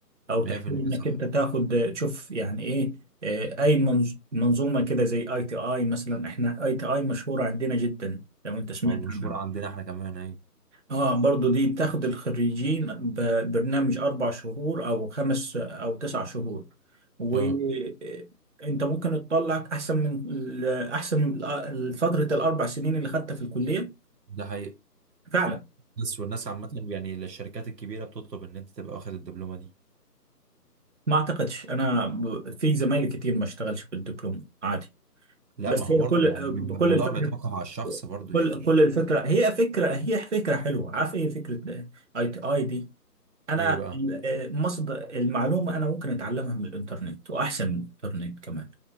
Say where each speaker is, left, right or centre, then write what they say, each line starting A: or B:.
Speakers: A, on the right; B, on the right.
A: او
B: 100%
A: تحتاج انك
B: صح
A: انت تاخد تشوف يعني ايه آه، اي منظ- منظومه كده زي اي تي اي مثلا احنا اي تي اي مشهوره عندنا جدا لو انت سمعت
B: مشهورة
A: عنها
B: عندنا احنا كمان ايوه
A: اه برضو دي بتاخد الخريجين ببرنامج اربع شهور او خمس او تسع شهور وانت
B: اه
A: ممكن تطلع احسن من احسن من فتره الاربع سنين اللي خدتها في الكليه
B: ده حقيقي
A: فعلا
B: بس والناس عامة يعني الشركات الكبيرة بتطلب ان انت تبقى واخد الدبلومة دي
A: ما اعتقدش انا ب- في زمايلي كتير ما اشتغلش بالدبلوم عادي
B: لا
A: بس
B: ما هو
A: هي
B: برضه
A: كل
B: ما هو بيبقى
A: كل
B: الموضوع
A: الفكره
B: بيتوقف على الشخص برضه
A: كل
B: يعني
A: كل الفكره هي فكره هي فكره حلوه عارف ايه فكره اي تي اي دي انا
B: ايه بقى
A: ال- آه، مصدر المعلومه انا ممكن اتعلمها من الانترنت واحسن من الانترنت كمان